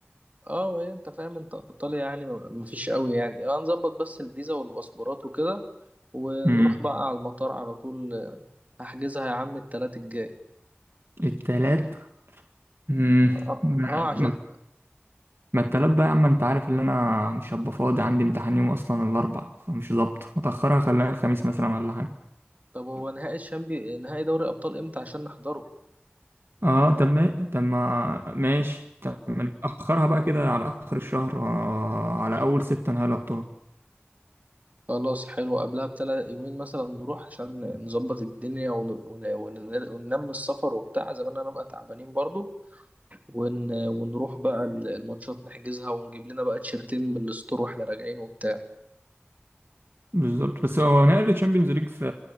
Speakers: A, on the right; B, on the right.
A: اه ما هي انت فاهم انت ايطاليا يعني م- مفيش قوي يعني اه نظبط بس الفيزا والباسبورات وكده ونروح
B: مم.
A: بقى على المطار على طول آه، هحجزها يا عم التلات الجاي
B: التلات مم.
A: اه اه عشان
B: ما ما التلات بقى يا عم أنت عارف إن أنا مش هبقى فاضي عندي امتحان يوم أصلا الأربع فمش ظابط متأخرها خليها الخميس مثلا ولا حاجة
A: طب هو نهائي الشامبي نهائي دوري ابطال امتى عشان نحضره
B: اه طب ما طب ما ماشي طب ما نأخرها بقى كده على آخر الشهر آه، على أول ستة نهاية الأبطال
A: خلاص حلو قبلها بتلات يومين مثلا نروح عشان نظبط الدنيا ون... ون... ون... وننام السفر وبتاع زي ما انا هنبقى تعبانين برضو ون... ونروح بقى ال- الماتشات نحجزها ونجيب لنا بقى تيشرتين من الستور واحنا راجعين وبتاع
B: بالظبط بس هو نهائي الشامبيونز ليج في